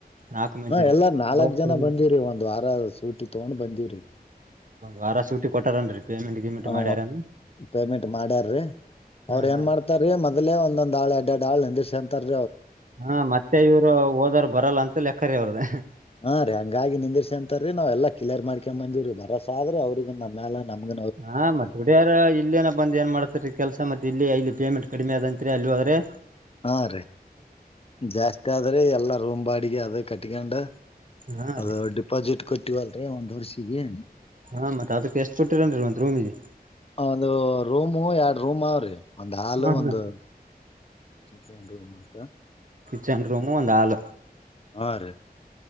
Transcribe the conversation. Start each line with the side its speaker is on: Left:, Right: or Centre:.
Right: ನಾಲ್ಕು ಮಂದಿನು
Left: ಹಾ ಎಲ್ಲಾರ್ ನಾಲ್ಕ್
Right: ದೋಸ್ತರು
Left: ಜನ ಬಂದಿರಿ ಒಂದ್ ವಾರ ಸೂಟಿ ತಗೊಂಡ್ ಬಂದಿರಿ
Right: ವಾರ ಸುಟ್ಟಿ ಕೊಟ್ಟಾರನ್ರಿ ಪೇಮೆಂಟ್ ಗಿಮೆಂಟ್
Left: ಹ
Right: ಮಾಡ್ಯಾರನ್
Left: ಪೇಮೆಂಟ್ ಮಾಡ್ಯಾರೀ
Right: ಹಾ
Left: ಅವ್ರ
Right: ಹಾ
Left: ಏನ್ ಮಾಡ್ತಾರೀ ಮದ ಅದೇ ಒಂದೊಂದು ಆಳ ಎಡ್ಡ ಆಳ ಶಂತರ್
Right: ಹಾ ಮತ್ತೆ ಇವ್ರು ಓದರು ಬರಲ್ಲ ಅಂತ ಲೆಕ್ಕರ ಅವ್ರದ
Left: ಹಾ ರೀ ಹಂಗಾಗಿ ನಿಂದಿರ್ಸಿ ಅಂತಾರ ರೀ ನಾವ್ ಎಲ್ಲ ಕ್ಲಿಯರ್ ಮಾಡ್ಕೊಂಡ್ ಬಂದೀರೀ ಬರಸಾದ್ರೆ ಅವ್ರಗಗ್ ನಮ್ಮ್ಯೆಲ್ಲ ನಮಗ
Right: ಹಾ ಮತ್ತ ಬಿಡ್ಯಾರ ಇಲ್ಲೇನ ಬಂದ ಏನ್ ಮಾಡ್ತಾರೀ ಕೆಲ್ಸ ಮತ್ತೆ ಇಲ್ಲಿ ಇಲ್ಲಿ ಪೇಮೆಂಟ್ ಕಡಿಮೆ ಆದಂತರಿ ಅಲ್ಲಿೋದ್ರೆ
Left: ಹಾ ರೀ ಜಾಸ್ತಿ ಆದ್ರೆ ಎಲ್ಲ ರೋಮ ಬಾಡಿಗೆ ಅದೇ ಕಟ್ಕೊಂಡ
Right: ಹಾ
Left: ಅದ
Right: ರೀ
Left: ಡಿಪಾಸಿಟ್ ಕೊಟ್ಟಿವಲ್ರೀ ಒಂದ್ ವರ್ಷಿಗೆ
Right: ಹಾ ಮತ್ತೆ ಅದಕ್ಕೆ ಎಷ್ಟ್ ಕೊಟ್ಟಿರೇನ್ರಿ ಒಂತ ರೂಮಿಗೆ
Left: ಒಂದು ರೂಮು ಎರಡ್ ರೂಮ್ ಅವ್ರಿ ಒಂದು್ ಹಾಲ್
Right: ಹಾ ಹಾ
Left: ಒಂದು ಚಂತಂದ ಅಂತ
Right: ಚೆಂಡ ರೂಮ ಒಂದು ಆಳ
Left: ಹಾ ರ